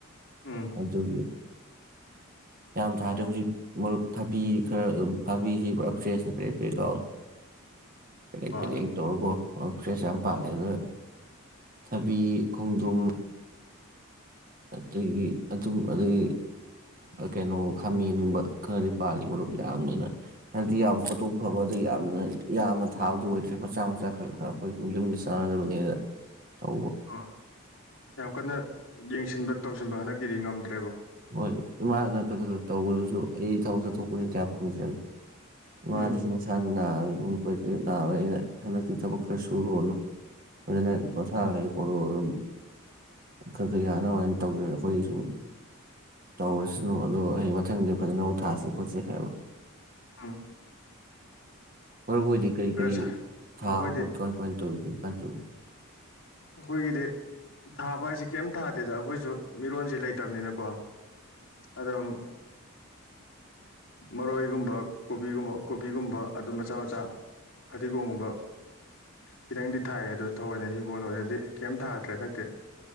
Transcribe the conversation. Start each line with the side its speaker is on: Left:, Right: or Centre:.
Left: ꯎꯝ
Right: ꯑꯗꯨꯒꯤ ꯌꯥꯝ ꯊꯥꯗ꯭ꯔꯦ ꯍꯧꯖꯤꯛ ꯃꯔꯨꯞ ꯊꯥꯕꯤ ꯈꯔ ꯑ ꯊꯥꯕꯤꯁꯤ ꯄꯨꯔꯥ ꯐ꯭ꯔꯦꯁꯅꯦ ꯄ꯭ꯔꯦꯛ ꯄ꯭ꯔꯦꯛ ꯂꯥꯎꯏ ꯄꯦꯔꯦꯛ-
Left: ꯑꯣ
Right: ꯄꯦꯔꯦꯛ ꯇꯧꯔꯕꯣ? ꯑꯣ ꯐ꯭ꯔꯦꯁ ꯌꯥꯝ ꯄꯥꯜꯂꯦ ꯑꯗꯨ ꯊꯕꯤ ꯈꯣꯡꯗ꯭ꯔꯨꯝ ꯑꯗꯒꯤ ꯑꯗꯨꯝ ꯑꯗꯒꯤ ꯀꯩꯅꯣ ꯈꯥꯃꯦꯟꯒꯨꯝꯕ ꯈꯔꯗꯤ ꯄꯥꯜꯂꯤ ꯃꯔꯨꯞ ꯌꯥꯝꯅꯤꯅ ꯍꯥꯏꯛꯇꯗꯤ ꯌꯥꯝ ꯄꯣꯇꯣꯛ ꯐꯕ ꯑꯗꯩ ꯌꯥꯝꯅ ꯌꯥꯝꯅ ꯊꯥꯕꯗꯨ ꯑꯣꯏꯗ꯭ꯔꯦ ꯃꯆꯥ- ꯃꯆꯥ ꯈꯔ- ꯈꯔ ꯑꯩꯈꯣꯏꯁꯨ ꯌꯨꯝꯒꯤ ꯆꯥꯟꯅꯗꯕꯅꯦꯅ ꯇꯧ
Left: ꯑꯣ ꯌꯥꯝ ꯀꯟꯅ ꯌꯦꯡꯁꯤꯟꯕ ꯇꯧꯁꯤꯟꯕ ꯍꯟꯗꯛꯀꯤꯗꯤ ꯉꯝꯗ꯭ꯔꯦ
Right: ꯍꯣꯏ ꯏꯃꯥꯅ <unintelligible> ꯇꯧꯕꯗꯨꯁꯨ ꯑꯩ ꯊꯕꯛꯁꯦ ꯊꯣꯛꯄꯅꯤꯅ ꯀꯌꯥ ꯐꯪꯁꯦꯅ ꯏꯃꯗꯨꯁꯨ
Left: ꯎꯝ
Right: ꯃꯁꯥ ꯅꯥꯔꯒ ꯑꯗꯨꯝ <unintelligible> ꯅꯥꯕꯅꯤꯅ ꯍꯟꯗꯛꯇꯤ ꯊꯕꯛ ꯈꯔ ꯁꯨꯔꯨꯔꯅꯨ ꯐꯖꯅ ꯄꯣꯊꯥ ꯂꯩꯌꯨ ꯈꯣꯠꯂꯣ ꯑꯗꯨꯝ ꯈꯔ ꯈꯔ ꯌꯥꯅꯕ ꯍꯥꯏꯅ ꯇꯧꯗ꯭ꯔꯗꯤ ꯑꯩꯈꯣꯏꯒꯤ ꯁꯨꯝ ꯇꯧꯔꯁꯅꯨ ꯑꯗꯣ ꯑꯩ ꯃꯊꯪꯗꯤ ꯐꯖꯅ ꯃꯨꯛ ꯊꯥꯁꯤ ꯈꯣꯠꯁꯤ ꯍꯥꯏꯕ
Left: ꯑꯥ
Right: ꯃꯔꯨꯞꯍꯣꯏꯗꯤ ꯀꯔꯤ ꯀꯔꯤ
Left: ꯁꯥ
Right: ꯊꯥꯕ
Left: ꯑꯩꯈꯣꯏꯗꯤ
Right: ꯈꯣꯠꯄ ꯀꯃꯥꯏꯅ ꯇꯧꯔꯤꯒꯦ ꯑꯗꯨ
Left: ꯑꯩꯈꯣꯏꯒꯤꯗꯤ ꯊꯥꯕ ꯍꯥꯏꯁꯦ ꯀꯩꯝ ꯊꯥꯗꯦꯗ ꯑꯩꯈꯣꯏꯁꯨ ꯃꯤꯔꯣꯟꯁꯦ ꯂꯩꯇꯕꯅꯤꯅꯀꯣ ꯑꯗꯨꯝ ꯃꯔꯣꯏꯒꯨꯝꯕ ꯀꯣꯕꯤꯒꯨꯝꯕ ꯀꯣꯕꯤꯒꯨꯝꯕ ꯑꯗꯨꯝ ꯃꯆꯥ ꯃꯆꯥ ꯐꯗꯤꯒꯣꯝꯒꯨꯝꯕ ꯈꯤꯇꯪꯗꯤ ꯊꯥꯏꯌꯦ ꯑꯗꯨꯗ ꯊꯑꯣꯏꯅ ꯍꯤꯡ ꯒꯣꯟ ꯑꯣꯏꯅꯗꯤ ꯀꯩꯝ ꯊꯥꯗ꯭ꯔꯦ ꯍꯟꯗꯛꯇꯤ